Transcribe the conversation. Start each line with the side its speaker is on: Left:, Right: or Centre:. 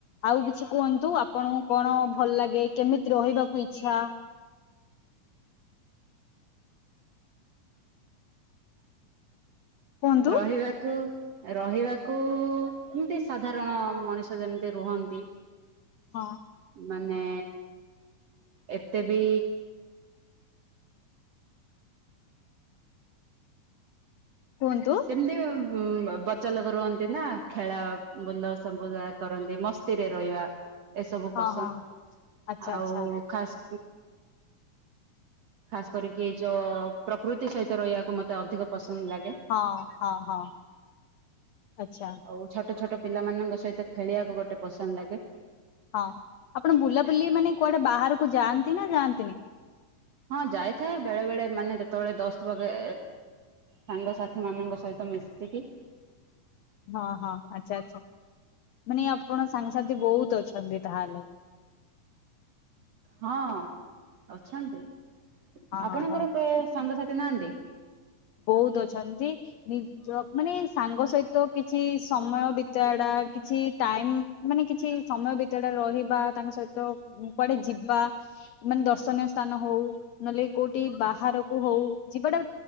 Left: ଆଉ କିଛି କୁହନ୍ତୁ ଆପଣଙ୍କୁ କଣ ଭଲ ଲାଗେ କେମିତି ରହିବାକୁ ଇଚ୍ଛା କୁହନ୍ତୁ
Right: ରହିବାକୁ ରହିବାକୁ ଏମିତି ସାଧାରଣ ମଣିଷ ଯେମିତି ରୁହନ୍ତି।
Left: ହଁ
Right: ମାନେ ଏତେ ବି
Left: କୁହନ୍ତୁ
Right: ଯେମିତି ହଁ ବଚାଲୋକ ରୁହନ୍ତି ନା ଖେଳା ବୁଲ ସବୁଯା କରନ୍ତି ମସ୍ତିରେ ରହିବା ଏସବୁ
Left: ହଁ
Right: ପସନ୍ଦ
Left: ହଁ ଆଚ୍ଛା
Right: ଆଉ
Left: ଆଚ୍ଛା।
Right: ଖାସ୍ ଖାସ୍ କରିକି ଏ ଯୋ ପ୍ରକୃତି ସହିତ ରହିବାକୁ ମୋତେ ଅଧିକ ପସନ୍ଦ ଲାଗେ
Left: ହଁ ହଁ ହଁ ଆଚ୍ଛା।
Right: ଆଉ ଛୋଟ ଛୋଟ ପିଲାମାନଙ୍କ ସହିତ ଖେଳିବାକୁ ଗୋଟେ ପସନ୍ଦ ଲାଗେ।
Left: ହଁ ଆପଣ ବୁଲାବୁଲି ମାନେ କୁଆଡେ ବାହାରକୁ ଯାଆନ୍ତି ନା ଯାଆନ୍ତିନି।
Right: ହଁ ଯାଇଥାଏ ବେଳେ ବେଳେ ମାନେ ଯେତେବେଳେ ଦଶ ବଗେ। ସାଙ୍ଗସାଥି ମାନଙ୍କ ସହିତ ମିଶିକି
Left: ହଁ ହଁ ଆଚ୍ଛା ଆଚ୍ଛା ମାନେ ଆପଣ ସାଙ୍ଗସାଥି ବହୁତ ଅଛନ୍ତି ତାହେଲେ
Right: ହଁ ଅଛନ୍ତି
Left: ହଁ
Right: ଆପଣଙ୍କର
Left: ହଁ ହଁ
Right: କେ ସାଙ୍ଗସାଥି ନାହାନ୍ତି
Left: ବହୁତ ଅଛନ୍ତି। ନିଜ ମାନେ ସାଙ୍ଗ ସହିତ କିଛି ସମୟ ବିତାଇବା ଟା କିଛି ଟାଇମ ମାନେ କିଛି ସମୟ ଭିତରେ ରହିବା ତାଙ୍କ ସହିତ କୁଆଡେ ଯିବା। ମାନେ ଦର୍ଶନୀୟ ସ୍ଥାନ ହଉ ନହେଲେ କୋଉଠି ବାହାରକୁ ହଉ ଯିବାଟା